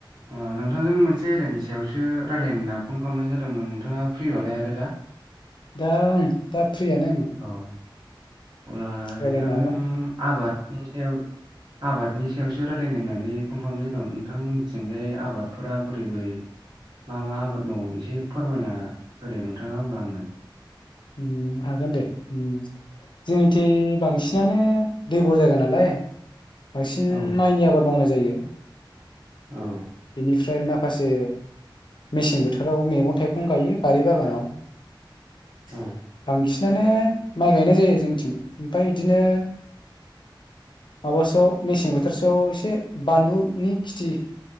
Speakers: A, on the right; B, on the left.
A: ओ नोंथांजों मोनसे आयदानि सायावसो रायलायनो होनना फन खालामनाय जादोंमोन आं नोंथाङा फ्रिबालाय आरो
B: दा ओं दा फ्रियानो आं
A: अ अब्ला नोंथांजों
B: रायज्लायनो हागोन
A: आबादनि सायाव आबादनि सायावसो रायलायनो होननानै फन खालामनाय जादों नोंथां मोनथिंजाय आबादफोरा बोरै बोरै मा मा आबाद मावो एसे फोरमायना होदो नोंथाङा होनब्ला आंनो
B: उम हागोन दे उम जोंनिथिं बांसिन सिनानो दैब' जायगा नालाय बांसिन
A: औ
B: माइनि आबाद मावनाय जायो
A: औ
B: निफ फ्राय माखासे मेसें बोथोराव मैगं थाइगं गायो बारि बागानाव
A: औ
B: बांसिनानो माइ गायनाय जायो जोंनिथिं ओमफाय बिदिनो माबासोआव मेसें बोथोरसोआव एसे बानलुनि खेथि